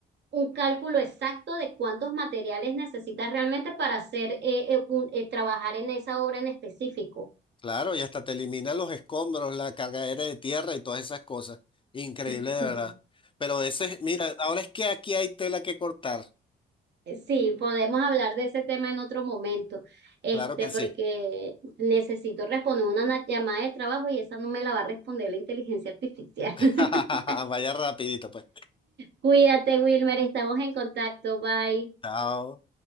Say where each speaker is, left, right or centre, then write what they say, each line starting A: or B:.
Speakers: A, on the right; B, on the left.
A: un cálculo exacto de cuántos materiales necesitas realmente para hacer eh, eh, un- eh, trabajar en esa obra en específico.
B: Claro, y hasta te elimina los escombros, la carga aérea de tierra y todas esas cosas. Increíble,
A: <laughs>
B: de verdad. Pero ese, es- mira, ahora es que aquí hay tela que cortar.
A: Sí, podemos hablar de ese tema en otro momento, este,
B: Claro que
A: porque
B: sí.
A: necesito responder una na- llamada de trabajo y esa no me la va a responder la inteligencia artificial.
B: <laughs>
A: <laughs>
B: Vaya rapidito, pues.
A: Cuídate, Wilmer, estamos en contacto, bye.
B: Chao.